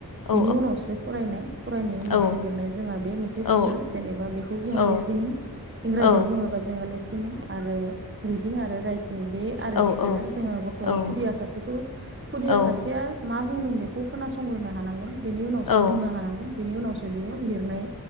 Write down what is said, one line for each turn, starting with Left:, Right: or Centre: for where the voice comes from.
Left: औ
Right: बेनि उनावसो। फरायनाय फरायनायनि उनावसो
Left: औ
Right: लिरनाय जोंहा बे मोनसे
Left: औ
Right: स्किल जेनेबा बेखौ बुङो
Left: औ
Right: लिसिनिं। इंराजियाव
Left: औ
Right: बुङोबा जोङो लेसिनिं आरो रिदिं आरो राइटिं। बे आरो
Left: औ
Right: स्केला जोङो गथ'
Left: औ
Right: खुदिया सासेखौ खुदिया
Left: औ
Right: सासेया मा बुंदों बेखौ। खोनासंग्रोनो हानांगोन बिनि उनावसो
Left: ओ
Right: बुंनो हानांगोन बिनि उनावसो बियो लिरनाय